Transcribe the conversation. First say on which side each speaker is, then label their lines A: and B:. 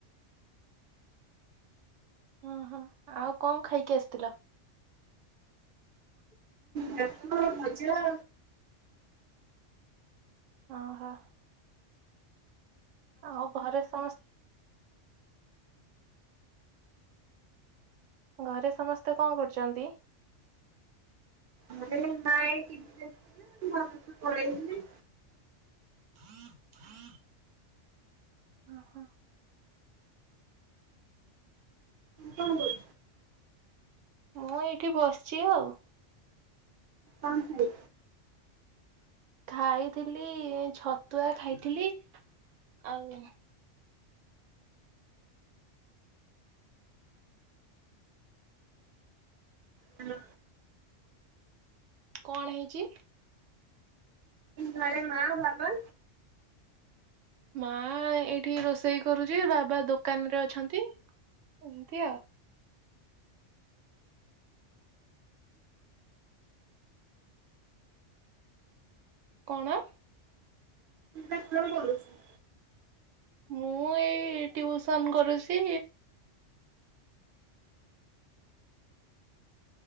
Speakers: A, on the right; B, on the right.
A: ଓ ହୋ ଆଉ କଣ ଖାଇକି ଆସିଥିଲ
B: ହ ହଁ ମଜା
A: ଓହୋ ଆଉ ଘରେ ସମସ୍ତେ ଘରେ ସମସ୍ତେ କଣ କରୁଛନ୍ତି
B: ମଁ ମା ଆସିଥିଲା ମୁଁ ଆ ପଳେଇି
A: ହଁ ହଁ ହଁ ହଁ
B: ହୁଁ ହ
A: ମୁଁ ଏଇଠି ବସିଛି ଆଉ
B: କଣ ହେ
A: ଖାଇଥିଲି ଛତୁଆ ଖାଇଥିଲି ଆଉ
B: ହଁ
A: କଣ ହେଇଛି
B: ଘରେ ମା ବାବା
A: ମା ଏଇଠି ରୋଷେଇ କରୁଛି ବାବା ଦୋକାନରେ ଅଛନ୍ତି ଏମିତି ଆଉ କଣ
B: କଣ କରୁଛି
A: ମୁଁ ଏଇ ୍ୟଉସନ କରୁଛି